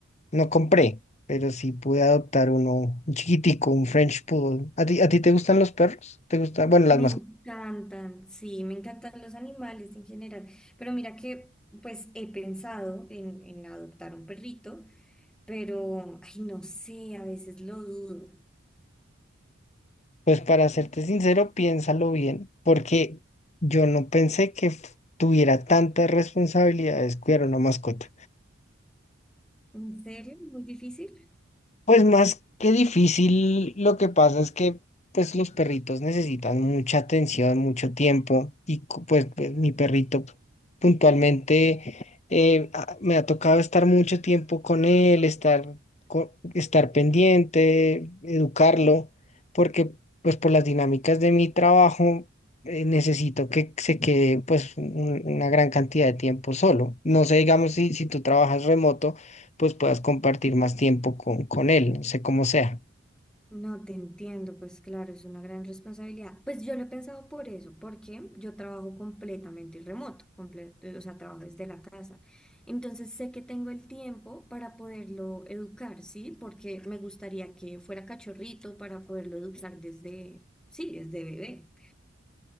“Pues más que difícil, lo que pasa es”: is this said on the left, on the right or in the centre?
Left